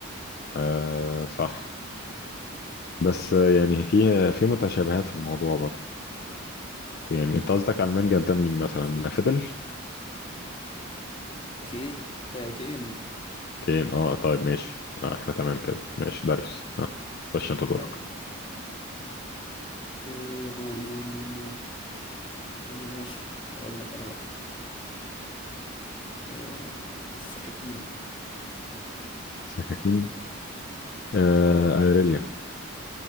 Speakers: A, on the left; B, on the left.
A: آه صح بس آه، يعني
B: آه.
A: في في متشابهات في الموضوع برضه يعني انت قصدك على المنجل ده مين مثلا
B: في
A: فضل
B: كيل آه كين
A: كين اه طيب ماشي آه احنا تمام كده ماشي داريوس اه خش انت دورك
B: ايوه إيه دوري دوري دوري دوري إيه ماشي اقول لك انا بقى إيه السكاكين
A: سكاكين آه
B: اه
A: ايريليا